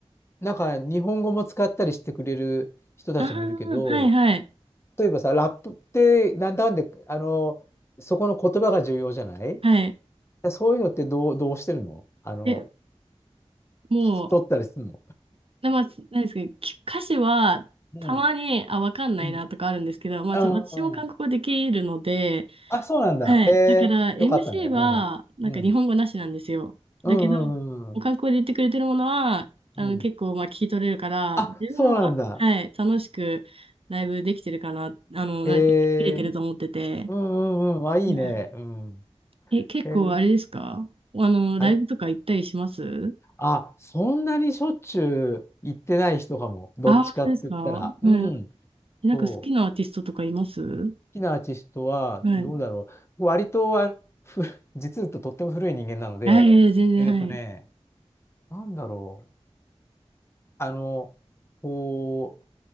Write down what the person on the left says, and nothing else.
なんか日本語も使ったりしてくれる人たちもいるけど、
例えばさ、ラップってなんだかんで、あの、そこの言葉が重要じゃない
だそういうのってどう、どうしてるのあの、
聞き取ったりするの
うん、
うん。
あ、
うんうん
あ、そうなんだ。
へえ、
よかったね。
うん。
うんうんうんうん
うん。うん。
あ、
そうなんだ。
へ
え。うんうんうん。あ、いいね。
うん。
へえ。
はい。
あ、そんなにしょっちゅう行ってない人かも。どっちかって言ったら。
うん。
そう。好きなアーティストは、
どうだろう。割と、あ、ふ、実はとっても古い人間なので、
えっとね、
なんだろう。あの、こう、